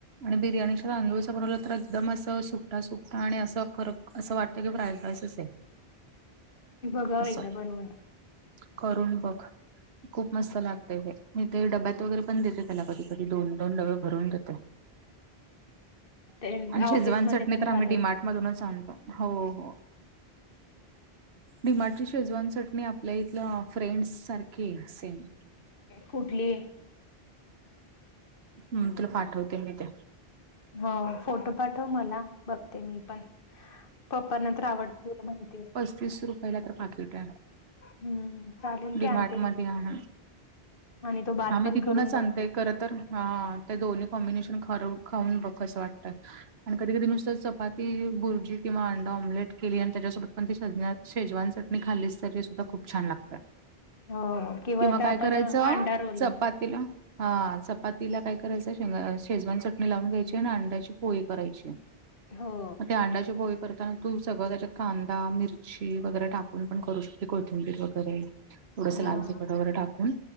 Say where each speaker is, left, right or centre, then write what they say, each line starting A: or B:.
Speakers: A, on the right (about 80°); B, on the left (about 60°).
A: आणि बिर्याणीच्या तांदूळच बनवल तर एकदम अस सुटा सुटा आणि अस फरक अस वाट ते की प्राईड राईसच आहे.
B: बघाव
A: असं
B: एकदा बनवून.
A: करून बघ खूप मस्त लागतय ते. मी ते डब्यात वगैरे पण देते त्याला. कधीधी दोन दोन डबे भरून देते.
B: ते
A: आणि
B: ऑफिसमध्ये
A: शेजवान चटणी
B: पण
A: तर आम्ही
B: खात
A: डिमार्ट
B: असतील
A: मधूनच आणतो हो हो. डी मार्टची शेजवांसाठी आपल्या इथलं फ्रेंड्स सारखे सेम.
B: कुठली.
A: हम् तुला पाठवते मी ते.
B: हो फोटो पाठव मला बघते मी पण पप्पांना तर आवडतात माहिती.
A: वीस रुपयाला तर पाकिट हायं
B: हम्म चालेल
A: डी
B: की आणते
A: मार्ट
B: मी
A: मध्ये आण हा हा.
B: आणि तो भात
A: हा मी
B: पण
A: तिथूनच
B: करून
A: सांगतेय
B: बघते
A: करत. तर हा ते दोन्ही कॉम्बिनेशन खरं खाऊन बघ कसं वाटतं. आणि कधी कधी नुसत्या चपाती भुर्जी किंवा अ''--'' ड ऑमलेट केली आणि त्याच्यासोबत पण ती सज शेजवान चटणी खाली तरी सुद्धा खूप छान लागतय.
B: हो
A: किंवा
B: आता
A: काय
B: आपण
A: करायचं
B: अंडा रोल
A: चपातीला. हा चपातीला काय करायचं शेजवान चटणी लावून घ्यायची आणि अंड्याची पोळी करायची.
B: हो
A: म ते अंड्याचे पोळी करताना. तू सगळं त्याच्यात कांदा मिरची वगैरे टाकून पण करू शकते कोथिंबीर वगैरे. थोडस
B: हा
A: लाल तिखट वगैरे टाकून.